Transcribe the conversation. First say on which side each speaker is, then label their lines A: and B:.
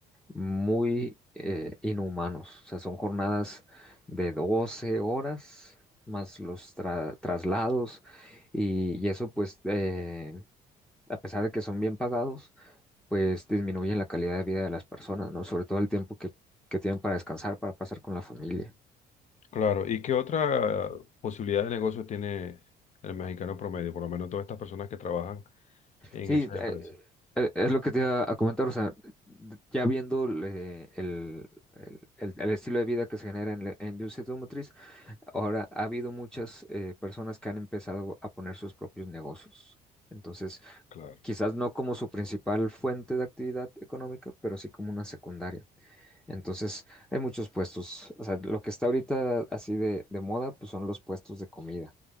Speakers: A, in the centre; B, on the left (about 45°).
A: muy eh, inhumanos. O sea, son jornadas de 12 horas más los tra- traslados y, y eso pues eh, a pesar de que son bien pagados, pues disminuye la calidad de vida de las personas, ¿no? Sobre todo el tiempo que, que tienen para descansar, para pasar con la familia.
B: Claro, ¿y qué otra posibilidad de negocio tiene el mexicano promedio? Por lo menos todas estas personas que trabajan en
A: Sí,
B: esas
A: eh,
B: empresas.
A: eh, es lo que te iba a comentar, o sea, ya viendo eh, el, el- el- el estilo de vida que se genera en la en la industria automotriz, ahora ha habido muchas eh, personas que han empezado a poner sus propios negocios. Entonces,
B: Claro.
A: quizás no como su principal fuente de actividad económica, pero sí como una secundaria. Entonces, hay muchos puestos. O sea, lo que está ahorita así de, de moda, pues son los puestos de comida.